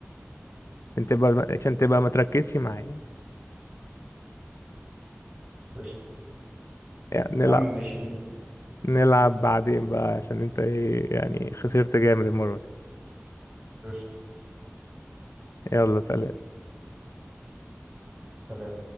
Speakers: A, on the left (about 75°); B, on the right (about 30°).
A: انت بقى عشان تبقى ما تركزش معايا
B: قشطة
A: يعني
B: يا
A: نلعب
B: عم ماشي
A: نلعب بعدين بقى عشان انت ايه يعني خسرت جامد المره دي
B: قشطة
A: يلا سلام
B: سلام